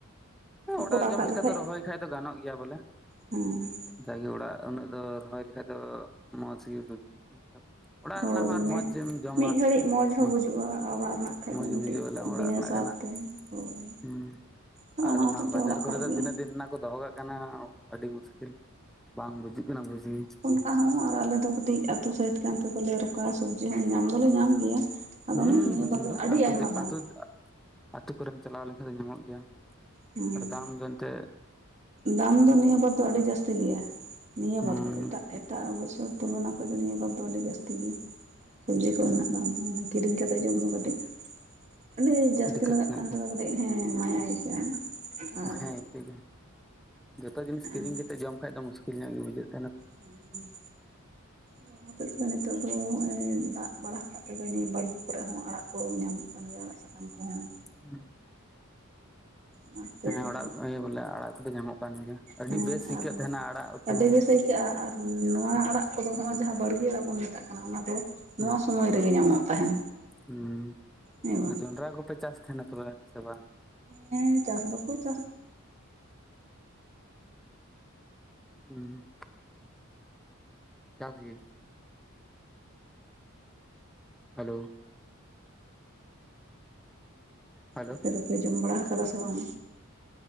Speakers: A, in the centre; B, on the right.
A: ᱦᱚᱸ ᱚᱲᱟᱜ
B: ᱠᱚᱨᱟᱣ
A: ᱡᱚᱢ
B: ᱠᱟᱜ
A: ᱞᱮᱠᱟ
B: ᱞᱮᱠᱷᱟᱡ
A: ᱫᱚ ᱨᱚᱦᱚᱭ ᱠᱷᱟᱡ ᱫᱚ ᱜᱟᱱᱚᱜ ᱜᱮᱭᱟ ᱵᱚᱞᱮ᱾
B: ᱦᱮᱸ
A: <unintelligible> ᱡᱟᱜᱮ ᱚᱲᱟᱜ ᱩᱱᱟᱹᱜ ᱫᱚ ᱨᱚᱦᱚᱭ ᱞᱮᱠᱷᱟᱡ ᱫᱚ ᱢᱚᱸᱡᱽ ᱜᱮ ᱦᱩᱭ ᱠᱚᱜ ᱢᱚᱛᱞᱳᱵ ᱚᱲᱟᱜ
B: ᱦᱳᱭ
A: ᱨᱮᱱᱟᱜ ᱦᱚᱸ ᱟᱨ
B: ᱢᱮ
A: ᱢᱚᱡᱽ ᱮᱢ ᱡᱚᱢᱟ
B: ᱢᱤᱫ ᱜᱷᱟᱹᱲᱤᱡ ᱢᱚᱸᱡᱽ ᱦᱚᱸ
A: ᱦᱮᱸᱪᱮ
B: ᱵᱩᱡᱩᱜᱼᱟ ᱚᱲᱟᱜ ᱨᱮᱱᱟᱜ ᱠᱷᱟᱡ
A: ᱢᱚᱡᱽ
B: ᱫᱚ
A: ᱜᱮ
B: ᱢᱤᱫᱴᱤᱡ
A: ᱵᱩᱡᱟᱹᱣ ᱟᱞᱟᱝ ᱚᱲᱟᱜ
B: ᱵᱤᱱᱟᱹ
A: ᱨᱮᱱᱟᱜ
B: ᱥᱟᱨ
A: ᱠᱟᱱᱟ᱾
B: ᱛᱮ ᱦᱳᱭ
A: ᱦᱩᱸ,
B: ᱟᱫᱚ
A: ᱟᱨ ᱚᱱᱟ
B: ᱦᱚᱛᱮᱡ ᱛᱮ
A: ᱵᱟᱡᱟᱨ
B: ᱚᱲᱟᱜ
A: ᱠᱚᱨᱮ ᱫᱚ
B: ᱜᱮ
A: ᱛᱤᱱᱟᱹᱜ ᱫᱤᱱ ᱨᱮᱱᱟᱜ ᱠᱚ ᱫᱚᱦᱚ ᱠᱟᱜ ᱠᱟᱱᱟ, ᱟᱹᱰᱤ ᱢᱩᱥᱠᱤᱞ ᱵᱟᱝ ᱵᱩᱡᱩᱜ ᱠᱟᱱᱟ ᱵᱩᱡᱽ ᱜᱮ᱾
B: ᱛᱟ ᱦᱚᱸ ᱟᱨ ᱟᱞᱮ ᱫᱚ ᱠᱟᱹᱴᱤᱡ ᱟᱹᱛᱩ ᱥᱟᱹᱭᱤᱰ ᱠᱟᱱ ᱛᱮ ᱫᱚᱞᱮ ᱨᱚᱠᱟ ᱥᱚᱵᱽᱡᱤ ᱦᱚᱸ ᱧᱟᱢ ᱫᱚᱞᱮ ᱧᱟᱢ ᱜᱮᱭᱟ, ᱟᱫᱚ
A: ᱦᱩᱸ
B: ᱚᱱᱮ ᱱᱤᱭᱟᱹ
A: ᱵᱚᱞᱮ
B: ᱵᱟᱨ ᱫᱚ ᱟᱹᱰᱤ
A: ᱟᱹᱛᱩ
B: ᱟᱭᱢᱟ
A: ᱟᱹᱛᱩ
B: ᱫᱟᱢ᱾
A: ᱟᱹᱛᱩ ᱠᱚᱨᱮᱢ ᱪᱟᱞᱟᱣ ᱞᱮᱱᱠᱷᱟᱱ ᱫᱚ ᱧᱟᱢᱚᱜ ᱜᱮᱭᱟ
B: ᱦᱮᱸ
A: ᱟᱨ ᱫᱟᱢ ᱫᱚ ᱮᱸᱛᱮᱜ
B: ᱫᱟᱢ ᱫᱚ ᱱᱤᱭᱟᱹ ᱵᱟᱨ ᱫᱚ ᱟᱹᱰᱤ ᱡᱟᱹᱥᱛᱤ ᱜᱮᱭᱟ ᱱᱤᱭᱟᱹ
A: ᱦᱩᱸ
B: ᱵᱟᱨ ᱫᱚ ᱮᱴᱟᱜ ᱮᱴᱟᱜ ᱵᱚᱪᱷᱚᱨ ᱛᱩᱞᱚᱱᱟ ᱠᱷᱚᱡ ᱫᱚ ᱱᱤᱭᱟᱹ ᱵᱟᱨ ᱫᱚ ᱟᱹᱰᱤ ᱡᱟᱹᱥᱛᱤ ᱜᱮᱭᱟ᱾ ᱥᱩᱵᱽᱡᱤ ᱠᱚᱨᱮᱱᱟᱜ ᱫᱟᱢ ᱫᱚ ᱢᱟᱱᱮ ᱠᱤᱨᱤᱧ ᱠᱟᱛᱮᱜ ᱡᱚᱢ ᱫᱚ ᱠᱟᱹᱴᱤᱡ ᱟᱹᱰᱤ ᱡᱟᱹᱥᱛᱤ
A: ᱫᱤᱠᱠᱟᱛ
B: ᱞᱟᱜᱟᱜ
A: ᱧᱚᱜ
B: ᱠᱟᱱ
A: ᱜᱮ
B: ᱛᱚᱵᱮ ᱵᱚᱞᱮᱜ ᱦᱮᱸ ᱢᱟᱭᱟ ᱟᱹᱭᱠᱟᱹᱜᱼᱟ᱾ ᱟᱨ
A: ᱦᱮᱸ ᱯᱤᱡᱟ ᱡᱚᱛᱚ ᱡᱤᱱᱤᱥ
B: ᱟᱨ
A: ᱠᱤᱨᱤᱧ ᱠᱟᱛᱮᱜ ᱡᱚᱢ ᱠᱷᱟᱡ ᱫᱚ ᱢᱩᱥᱠᱤᱞ ᱧᱚᱜ ᱜᱮ ᱵᱩᱡᱟᱹᱜ
B: ᱦᱩᱸᱻ ᱦᱩᱸ᱾ ᱫᱟᱜ ᱦᱚᱛᱮᱫ ᱛᱮᱫᱚ ᱱᱤᱛᱚᱜ ᱫᱚ ᱱᱚᱜᱼᱚᱭ ᱫᱟᱜ ᱵᱟᱲᱟ ᱟᱠᱟᱫ ᱛᱮᱫᱚ ᱱᱤᱭᱟᱹ ᱵᱟᱲᱜᱮ ᱠᱚᱨᱮ ᱦᱚᱸ ᱟᱲᱟᱜ ᱠᱚ ᱧᱟᱢᱚᱜ ᱠᱟᱱ ᱜᱮᱭᱟ ᱟᱲᱟᱜ ᱥᱟᱠ ᱨᱟᱢ ᱠᱚᱦᱚᱸ,
A: ᱦᱩᱸ
B: ᱚᱱᱟ ᱠᱷᱟᱹᱛᱤᱨ
A: ᱦᱮᱸ
B: ᱛᱮᱫᱚ,
A: ᱚᱲᱟᱜ ᱤᱭᱟᱹ ᱵᱚᱞᱮ ᱟᱲᱟᱜ ᱠᱚᱫᱚ ᱧᱟᱢᱚᱜ ᱠᱟᱱ ᱜᱮᱭᱟ ᱟᱹᱰᱤ
B: ᱦᱮᱸ
A: ᱵᱮᱥ ᱟᱹᱭᱠᱟᱹᱜ
B: ᱟᱨᱦᱚᱸ
A: ᱛᱟᱦᱮᱱᱟ ᱟᱲᱟᱜ ᱩᱛᱩ
B: ᱟᱹᱰᱤ
A: ᱦᱚᱸ
B: ᱜᱮ ᱥᱚᱭᱠᱟᱜᱼᱟ᱾ ᱟᱨ ᱱᱚᱣᱟ ᱟᱲᱟᱜ ᱠᱚᱫᱚ ᱦᱚᱸᱜᱚᱭ ᱡᱟᱦᱟᱸ ᱵᱟᱲᱜᱮ ᱟᱲᱟᱜ ᱵᱚᱱ ᱢᱮᱛᱟᱜ ᱠᱟᱱᱟ ᱚᱱᱟ ᱫᱚ, ᱱᱚᱣᱟ
A: ᱦᱩᱸ
B: ᱥᱚᱢᱚᱭ ᱨᱮᱜᱮ ᱧᱟᱢᱚᱜ ᱛᱟᱦᱮᱱ᱾
A: ᱦᱩᱸ
B: ᱦᱮᱸ ᱵᱟᱝ
A: ᱡᱚᱱᱰᱟᱨᱟ ᱠᱚᱯᱮ ᱪᱟᱥ ᱛᱟᱦᱮᱱᱟ ᱛᱚᱵᱮ, ᱥᱮ ᱵᱟᱝ?
B: ᱦᱮᱸ ᱪᱟᱥ ᱫᱚᱠᱚ ᱪᱟᱥ
A: ᱩᱸ ᱪᱟᱥ ᱜᱮ ᱾ ᱦᱟᱞᱳ? ᱦᱮᱞᱳ
B: ᱟᱯᱮ ᱫᱚᱯᱮ ᱡᱚᱢ ᱵᱟᱲᱟ ᱦᱟᱠᱟᱫᱟ ᱥᱮ ᱵᱟᱝ?